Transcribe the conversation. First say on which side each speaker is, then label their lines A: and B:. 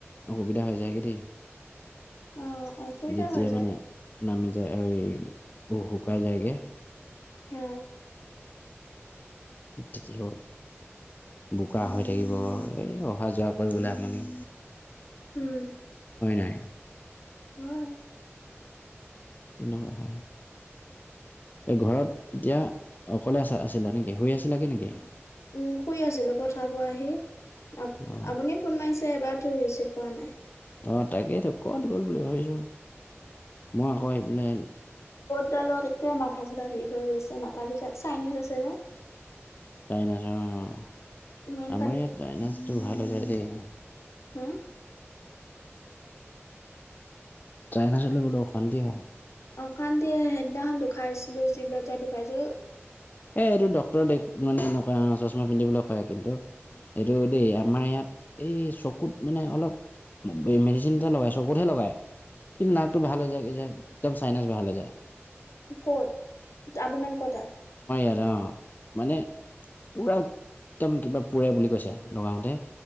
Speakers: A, on the left (about 40°); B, on the left (about 90°).
A: অসুবিধা হৈ যায়গৈ দেই।
B: অ', অসুবিধা
A: যেতিয়া
B: হৈ যায়,
A: মানে নামি-। যায় হেৰি শুকাই যায়গৈ।
B: উম।
A: তিথি হ'ব। বোকা হৈ থাকিব এই অহা যোৱা কৰিবলৈ আমনি।
B: উম।
A: হয় নাই।
B: হয়।
A: তেনেকুৱা হয়। এ ঘৰত এতিয়া অকলে আ আছিলা নেকি শুই আছিলাগে নেকি।
B: উম শুই আছিলো পথাৰ পৰা আহি আ
A: অ
B: আপুনি ফোন মাৰিছে এবাৰ। ৰিচিভ পোৱা নাই।
A: অ তাকেইতো কত গ'ল বুলি ভাবিছো মই আকৌ আহি পাই।
B: চোতালত একে মাথা জোৰা বিষ হৈ গৈছে মাথা বিষত চাইনিজ আছে যে।
A: চাইনা চে অ।
B: ইমান
A: আমাৰ
B: পানী
A: ইয়াত চাইনাছটো ভাল হৈ যায় দেই।
B: হা,
A: চাইনাছ হলে বোলো অশান্তি হয়।
B: অশান্তিয়ে সেইদিনাখন ধুখাইছিলো চিভিলত যাই ধুখাইছো।
A: এ এইটো ডক্টৰ মানেনেুৱ চমা পিন্ধিব ল। হয় কিন্তু এইটো দেই আমাৰ ইয়াত এই চকুত মানে অলপ। মেডিচিন এটা লগাই চকুতহে লগাই। কিন্তু নাকটো ভালে যায় যে একদম চাইনচ ভালে যায়।
B: ক'ত আপোনালোকৰ তাত।
A: ইয়াটে অ মানে পুৰা একদম কিবা পুৰে বুলি কৈছো নগাওতে।